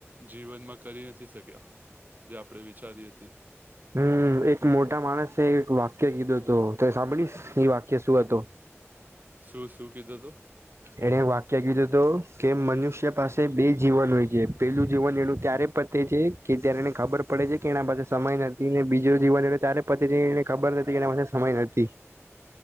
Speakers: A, on the right (about 35°); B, on the right (about 60°).
A: જીવનમાં કરી નથી શક્યા જે આપણે વિચારી હતી
B: હમ એક મોટા માણસે એક વાક્ય કીધું હતું તો સાંભળીશ એ વાક્ય શું હતું
A: શું શું કીધું તો
B: એણે વાક્ય કીધું હત કે મનુષ્ય પાસે બે જીવન હોય છે પેલું જીવન એનુંું ત્યારે પ તે છે કે ત્યારે એને ખબર પડે છે કે એના પાસે સમય નથી ને બીજો જીવન ત્યારે પછીને ખબર નથી એના પાસે સમય નથી